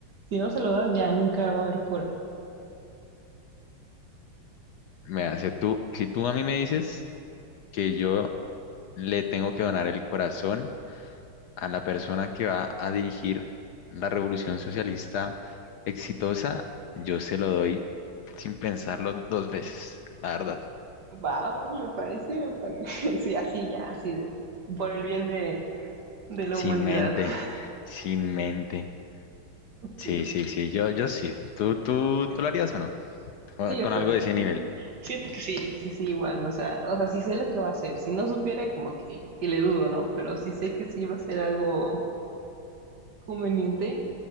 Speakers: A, on the right; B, on the left.
A: si no se lo das ya nunca va a haber cura.
B: me hace tú, si tú a mí me dices que yo le tengo que donar el corazón a la persona que va a dirigir la revolución socialista exitosa, yo se lo doy sin pensarlo dos veces, la verdad,
A: Va, me parece, me parece, <laughs> sí, así, ya, así, de- por el bien de, de la
B: sin
A: humanidad.
B: mente,
A: <laughs>
B: sin mente.
A: Ok.
B: Sí, sí, sí, yo, yo sí. ¿Tú, tú, tú lo harías o no? O-
A: Sí,
B: Con
A: o sea,
B: algo de ese nivel.
A: siento que sí, sí, sí, igual, o sea, o sea, sí sé lo que va a hacer. Si no supiera, como que, que le dudo, ¿no? Pero sí sé que sí va a ser algo conveniente.